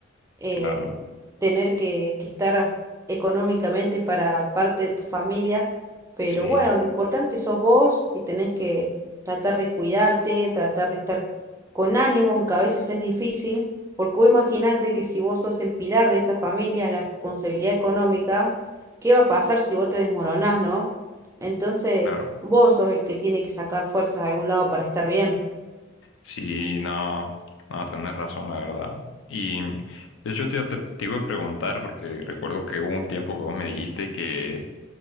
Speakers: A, on the right; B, on the left.
A: eh,
B: Claro.
A: tener que, que estar económicamente para parte de tu familia, pero
B: Sí,
A: bueno, lo importante sos vos, que tenés que tratar de cuidarte, tratar de estar con ánimo, aunque a veces es difícil, porque vos imaginate que si vos sos el pilar de esa familia, la responsabilidad económica, ¿qué va a pasar si vos te desmoronás, no? Entonces,
B: claro.
A: vos sos el que tiene que sacar fuerzas de algún lado para estar bien.
B: Sí, no, no, tenés razón, la verdad. Y de hecho te, te, te iba a preguntar, porque recuerdo que hubo un tiempo que vos me dijiste que